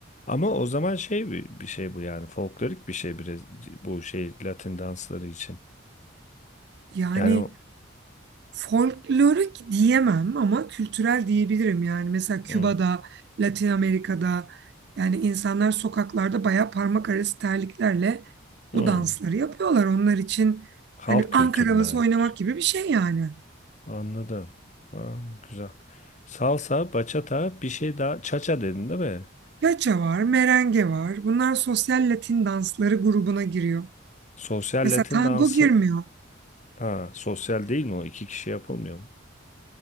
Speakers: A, on the left; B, on the right.
A: Ama o zaman şey bir, bir şey bu yani folklorik bir şey biraz bu şey Latin dansları için.
B: Yani
A: Yani o
B: folklorik diyemem ama kültürel diyebilirim. Yani mesela Küba'da,
A: hmm,
B: Latin Amerika'da yani insanlar sokaklarda bayağı parmak arası terliklerle
A: hmm.
B: bu dansları yapıyorlar. Onlar için
A: Halk
B: hani Ankara
A: kültürüne
B: havası
A: aitmiş.
B: oynamak gibi bir şey yani.
A: Anladım. Aa, güzel. Salsa, bachata, bir şey daha. Cha-cha dedin değil mi?
B: Yaça var, merenge var. Bunlar sosyal Latin dansları grubuna giriyor.
A: Sosyal
B: Mesela
A: Latin
B: tango
A: dansı
B: girmiyor.
A: Ha, sosyal değil mi o? İki kişi yapılmıyor mu?